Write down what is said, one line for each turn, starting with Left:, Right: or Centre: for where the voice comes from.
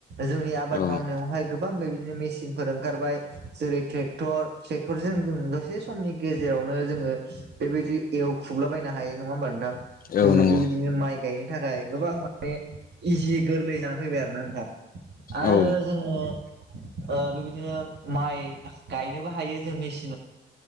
Right: जोंनि आबाद
Left: औ
Right: मावनायावहाय गोबां बेबायदिनो मेसिनफोर ओंखारबाय जेरै ट्रेक्टर ट्रेक्टरजों जों दसे समनि गेजेरावनो जोङो बेबायदि एवखुबला बायनो हायो नङा होमबा नोंथां?
Left: औ
Right: जोङो
Left: नंगौ
Right: बेबायदिनो माइ गायनो थाखाय गोबां माने इजि गोरलै जानानै फैबाय आरोना नोंथां। आरो
Left: औ
Right: जोङो ओ बेबायदिनो माइ गायनोबो हायो जों मेसिन